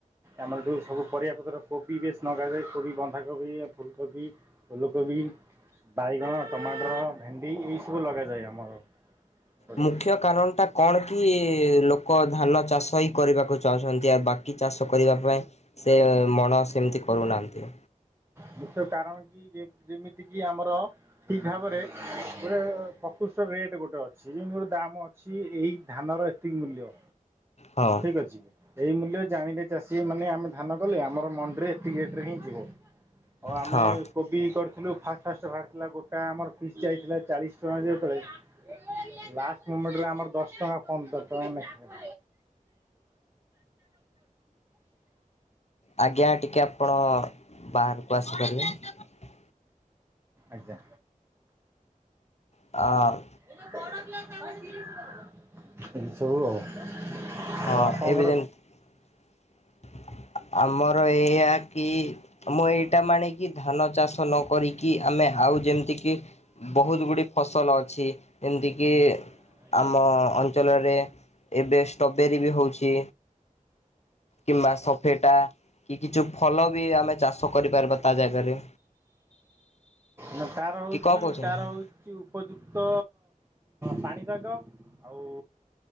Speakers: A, on the right; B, on the left.
A: ଆମର ଯେଉଁ ସବୁ ପରିବାପତ୍ର କୋବି ବେଶ ଲଗାଯାଏ କୋବି ବନ୍ଧାକୋବି, ଫୁଲକୋବି ଉଲକୋବି, ବାଇଗଣ, ଟମାଟର, ଭେଣ୍ଡି ଏଇସବୁ ଲଗାଯାଏ ଆମର। ଏପଟେ
B: ମୁଖ୍ୟ କାରଣଟା କଣ କି ଲୋକ ଧାନ ଚାଷ ହିଁ କରିବାକୁ ଚାହୁଁଚନ୍ତି। ବାକି ଚାଷ କରିବା ପାଇଁ ସେ ମଣ ସେମିତି କରୁନାହାନ୍ତି।
A: ମୁଖ୍ୟ କାରଣ କି ଯେ-ଯେମିତି ଯେତିକି ଆମର ଠିକ ଭାବରେ ଗୋଟେ ପ୍ରକୃଷ୍ଟ ରେଟ ଗୋଟେ ଅଛି ଯେମିତି ଗୋଟେ ଦାମ ଅଛି ଏଇ ଧାନର ଏତିକି ମୂଲ୍ୟ।
B: ହଁ।
A: ଠିକ ଅଛି ଏଇ ମୂଲ୍ୟ ଜାଣିଲେ ଚାଷୀ ମାନେ ଆମେ ଧାନ କଲେ ଆମର ମଣ୍ଡିରେ ଏତିକ ରେଟରେ ହିଁ ଯିବ। ହୋଉ ଆମେ
B: ହଁ
A: କୋବି କରି କିନ୍ତୁ ଫା ଷ୍ଟ ବାହାରିଥିଲା ଗୋଟା ଆମର ପିସ୍ ଯାଇଥିଲା ଚାଳିଶି। <unintelligible> ଲାଷ୍ଟ ମୋମେଣ୍ଟ ରେ ଆମର ଦଶ ଟଙ୍କା ପନ୍ଦର ଟଙ୍କା ନାଖା
B: ଆଜ୍ଞା ଟିକେ ଆପଣ ବାହାରକୁ ଆସି ପାରିବେ?
A: ଆଜ୍ଞା
B: ଆ
A: <unintelligible> ଏ ସବୁ ଆଉ। ଆଉ
B: ହଁ
A: ଆପଣଙ୍କର
B: ଏବେ ଯେମିତି। ଆମର ଏଇଆ କି ମୁଁ ଏଇଟା ମାଣେକି ଧାନ ଚାଷ ନ କରିକି ଆମେ ଆଉ ଯେମିତିକି ବୋହୁତ ଗୁଡ଼ିଏ ଫସଲ ଅଛି ଯେମିତିକି
A: ଆଜ୍ଞା
B: ଆମ
A: ଆଜ୍ଞା।
B: ଅଞ୍ଚଳରେ ଏବେ ଷ୍ଟବେରି ବି ହଉ ଛି କିମ୍ବା ସଫେଟା କି କିଛି ଫଲ ବି ଆମେ ଚାଷ କରିପାରିବା ତା ଜାଗାରେ।
A: ନା ତାର ହଉଛି
B: କି କଣ କହୁଛନ୍ତି
A: ତାର ହଉଛି ଉପଯୁକ୍ତ ପା ନିସାଗ ଆଉ